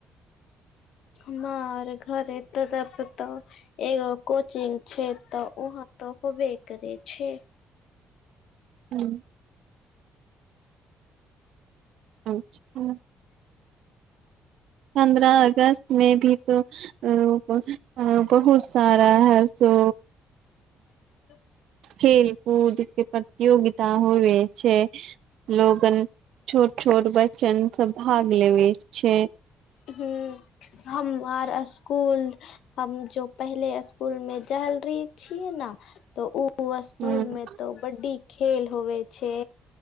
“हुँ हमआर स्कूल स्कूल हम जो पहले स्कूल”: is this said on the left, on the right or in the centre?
Left